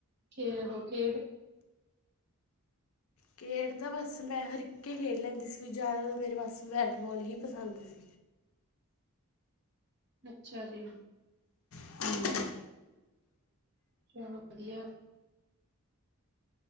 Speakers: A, on the right (about 50°); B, on the left (about 65°).
A: ਖੇ ਓਹ ਖੇਡ
B: ਖੇਡ ਤਾਂ ਬਸ ਮੈਂ ਹਰਿੱਕ ਏ ਖੇਡ ਲੈਂਦੀ ਸੀ ਵੀ ਜ਼ਾਦਾਤਰ ਮੇਰੇ ਵਾਸਤੇ ਬੈਟਬੋਲ ਈ ਪਸੰਦ ਸੀ।
A: ਅੱਛਾ ਜੀ।
B: <inaudible>
A: ਚਲੋ ਵਦੀਐ।